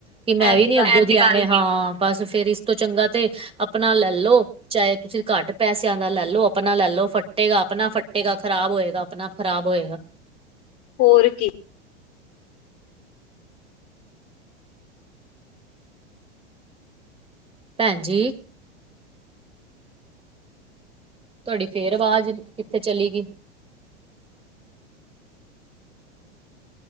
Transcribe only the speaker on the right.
ਕਿ ਮੈਂ
ਵੀ
ਨੀ
ਅੱਗੋਂ।
ਹਾਂ! ਬਸ ਫੇਰ ਇਸ ਤੋਂ ਚੰਗਾ ਤੇ, ਆਪਣਾ ਲੈ ਲੋ, ਚਾਹੇ ਤੁਸੀਂ ਘੱਟ ਪੈਸਿਆਂ ਦਾ ਲੈ ਲੋ, ਆਪਣਾ ਲੈ ਲੋ ਫੱਟੇਗਾ ਤੇ ਆਪਣਾ ਫੱਟੇਗਾ। ਖ਼ਰਾਬ ਹੋਏਗਾ, ਆਪਣਾ ਖ਼ਰਾਬ ਹੋਏਗਾ।
ਭੈਣ। ਜੀ ਤੁਹਾਡੀ ਫੇਰ ਆਵਾਜ਼ ਕਿੱਥੇ ਚਲੀ ਗਈ।